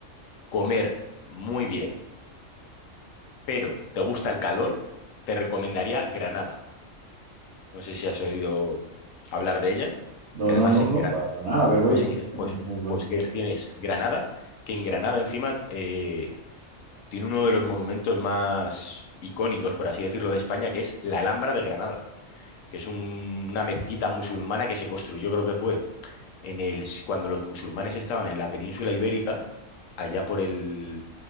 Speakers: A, on the left (about 85°); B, on the right (about 65°).
A: comer muy bien, pero te gusta el calor, te recomendaría Granada. No sé si has oído hablar de ella,
B: No,
A: que
B: no,
A: además
B: no,
A: en
B: no,
A: Gran...
B: para nada. A ver, voy
A: pues,
B: a
A: en- pues,
B: intentar igual.
A: pues Gra- tienes Granada, que en Granada encima eh, tiene uno de los monumentos más icónicos, por así decirlo, de España, que es la Alhambra de Granada. que es un- una mezquita musulmana que se construyó, creo que fue en el, cuando los musulmanes estaban en la península ibérica, allá por el